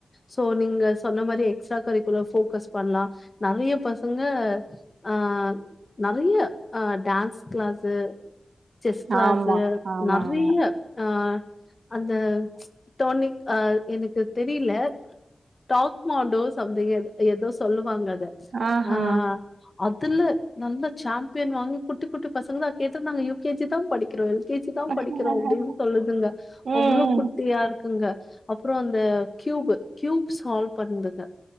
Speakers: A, on the left; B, on the right.
A: சோ நீங்க சொன்ன மாரி எக்ஸ்ட்ரா கரிக்குலர் போக்கஸ் பண்ணலா நறைய பசங்க ஆ நறைய அ டேன்ஸ் கிளாஸு செஸ் கிளாஸு
B: ஆமா ஆமா
A: நறைய
B: ஆமா
A: அ அந்த டோனிக் அ எனக்கு தெரில டாக்மாண்டோஸ் <unintelligible> எதோ சொல்லு வாங்காத
B: ஆஹா
A: ஆ தில்லு நல்ல சாம்பியன் வாங்கி குட்டி குட்டி பசங்களா கேட்டு நாங்க யுகேஜி தான் படிக்கிறோம் கேஜி தான்
B: ஆஹா
A: படிக்கிறோம் அப்படின்னு சொல்லுதுங்க
B: ம்
A: அவ்வளவு குட்டியா இருக்குங்க அப்புறம் அந்த கியூப் கியூப் சால்வ் பண்ணதுங்க